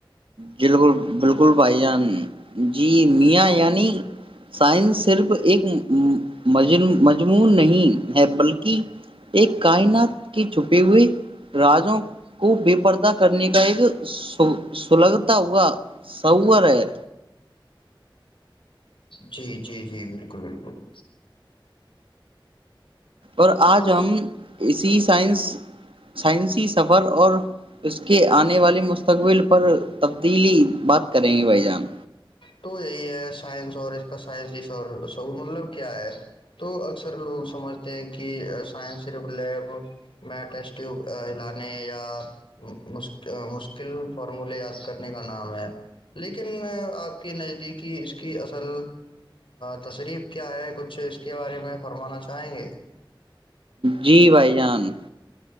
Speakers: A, on the right; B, on the left.
A: بالکل بالکل بھائی جان جی <unintelligible> جی میاں یعنی سائنس صرف ایک مجنوں مجنون نہیں ہے بلکہ ایک کائنات کی چھپی ہوئی راجوں کو بے پردہ کرنے کا ایک سو سلگتا ہوا سوار ہیں
B: جی جی جی بالکل بالکل
A: اور
B: تو
A: آج ہم اسی سائنس سائنسی سفر اور اس کے آنے والے مستقبل پر تبدیلی بات کریں گے بھائی جان
B: تو یہی ہے سائنس اور اس کا سائنس سعور مطلب کیا ہے تو اکثر لوگ سمجھتے ہیں کہ سائنس صرف لیب میں ٹیسٹ ٹیوب لانےیا مشکل فارمولےیا کرنے کا نام ہے لیکن آپ کے نزدیکی اس کی اصل تصریف کیا ہے کچھ اس کے بارے میں فرمانا چاہیں گے
A: جی بھائی جان